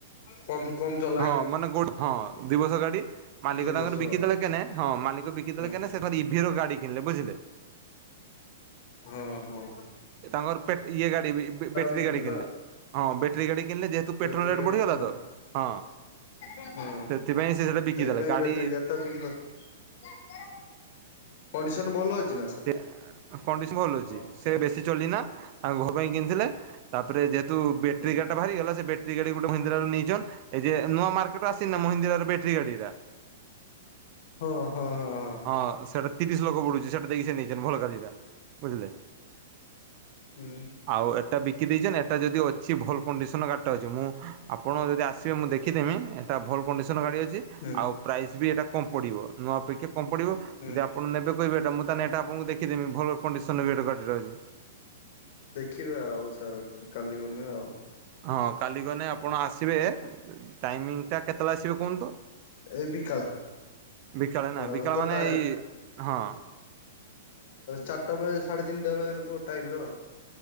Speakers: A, on the left; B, on the right.
A: କମ କମ ଜ
B: ହଁ ମାନେ ଗୋଟ ହଁ ଦି ବର୍ଷ ଗାଡି ମାଲିକ
A: ଦି
B: ତାଙ୍କର
A: ବର୍ଷ
B: ବିକିଦେଲେ
A: ଆଉ
B: କେନେ ହଁ ମାଲିକ ବିକିଦେଲେ
A: ହୁଁ
B: କେନେ ସେ ଇଭିର ଗାଡି କିଣିଲେ ବୁଝିଲେ?
A: ହଁ ହଉ।
B: ତାଙ୍କର ପେଟ ଇଏ ଗାଡି ବେଟେରୀ
A: ବିକିଦେଲା
B: ଗାଡି କିଣିଲେ। ହଁ ବ୍ୟାଟେରୀ ଗାଡ଼ି କିଣିଲେ ଯେହେତୁ
A: ବ୍ୟାଟେରୀ
B: ପେଟ୍ରୋଲ ରେଟ୍
A: ଗାଡି
B: ବଢ଼ିଗଲା
A: କିଣିଲା
B: ତ ହଁ।
A: ହଁ ସେଇପାଇ
B: ସେଥିପାଇଁ ସେ ସେଟା ବିକିଦେଲେ ଗାଡି
A: ବ୍ୟାଟେରୀ ଗା ତା ବିକିଦେଲେ କଣ୍ଡିସନ ଭଲ ଅଛି ନା? ସାର୍?
B: ସେ କଣ୍ଡିସନ ଭଲ ଅଛି।
A: ହଁ ସାର୍
B: ସେ ବେଶୀ ଚଲିନା ତାଙ୍କ ଘର ପାଇଁ କିଣିଥିଲେ। ତାପରେ ଯେହେତୁ ବେଟ୍ରି
A: ହଁ
B: ଗାଡ଼ିଟା ବାହାରିଗଲା ସେ ବେଟ୍ରି ଗାଡ଼ି ଗୋଟେ ମହିନ୍ଦ୍ରାର ନେଇଛନ୍। ଏଇ ଯେ ନୂଆ ମାର୍କେଟର ଆସିନି ମହିଦ୍ରା ର ବେଟ୍ରି ଗାଡି ଟା?
A: ହଁ ହଁ ହଁ।
B: ହଁ ସେଟା ତିରିଶ ଲୋକ ବଡୁଛି ସେଟା ଦେଇକି ସେ ନେଇଛନ୍ତି ଭଲ ଗାଡିଟା। ବୁଝିଲେ?
A: ହୁଁ
B: ଆଉ ଏଟା ବିକି ଦେଇଛନ୍ତି ଏଟା ଯଦି ଅଛି ଭଲ କଣ୍ଡିସନ ଗାଡ଼ଟା ଅଛି। ମୁଁ ଆପଣ ଯଦି ଆସିବେ ମୁଁ ଦେଖିଦେମି। ଏଟା ଭଲ କଣ୍ଡିସନ ଗାଡ଼ି ଅଛି
A: ହୁଁ
B: ଆଉ ପ୍ରାଇସ୍ ବି ଏଇଟା କମ୍ ପଡ଼ିବ। ନୂଆ ଅପେକ୍ଷା କମ୍ ପଡ଼ିବ।
A: ହୁଁ।
B: ଯଦ ଆପଣ ନେବେ କଇବେ ଏଟା ମୁଁ ତାହାନେ ଏଇଟା ଆପଣଙ୍କୁ ଦେଖିଦେମି ଭଲ କଣ୍ଡିସନର ହବ ଏଟା ଗାଡିରହିବେ।
A: ଦେଖିବା ଆଉ ସାର କାଲି ଗଲେ ଆଉ
B: ହଁ କାଲି ଗଲେ ଆପଣ ଆସିବେ ଟାଇମିଂଟା କେତେବେଳେ ଆସିବେ କୁହନ୍ତୁ?
A: ଏଇ ବିକାଳେ
B: ବିକାଳେ
A: ଖରାବେଳେ
B: ନା ବିକାଳ
A: ତ
B: ମାନେ
A: ଟା
B: ଏଇ ହଁ।
A: ଚାରିଟା ବେଳେ ସାଢେ ତିନିଟା ବେଳେ ଟାଇମର